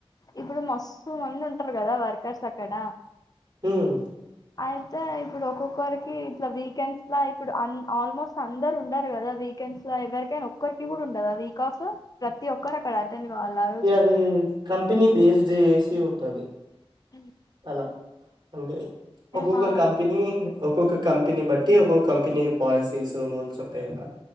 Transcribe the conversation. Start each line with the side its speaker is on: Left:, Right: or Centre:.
Left: ఇప్పుడు మస్తూ మంది ఉంటరు గదా వర్కర్స్ అక్కడ
Right: ఉమ్మ్
Left: అయితే ఇప్పుడు ఒక్కొక్కరికి ఇట్ల వీకెండ్స్‌ల ఇప్పుడు అన్ ఆల్మో అందరు ఉండరు గదా వీకెండ్స్‌లో ఎవరికైన ఒ క్కరికి కూడా ఉండదా వీకాఫ్ ప్రతి ఒక్కరు అక్కడ అటెండ్ గావలా ఆరోజు
Right: మ్ కంపెనీ బేస్డ్ ఏసి ఉంటది
Left: ఎన్ని
Right: అలా అంటే ఒక్కొక్క
Left: మా
Right: కంపెనీ ఒక్కొక్క కంపెనీ బట్టి ఒక్కొక్క కంపెనీ పాలసీస్ రూల్స్ ఉంటయి గదా